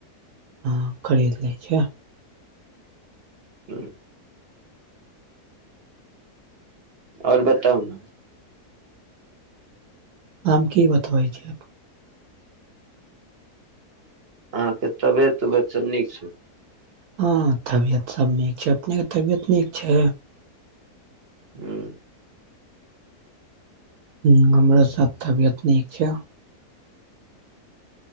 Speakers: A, on the right; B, on the right.
A: हँ खरीद ले छै।
B: ह्म। आओर बताउ ने
A: आम की बतबइ छै।
B: अहाँके तबियत उबियत सब नीक छै।
A: हँ तबियत सब नीक छै अपनेके तबियत नीक छै।
B: हू।
A: ह हमरो साथ तबियत नीक छै।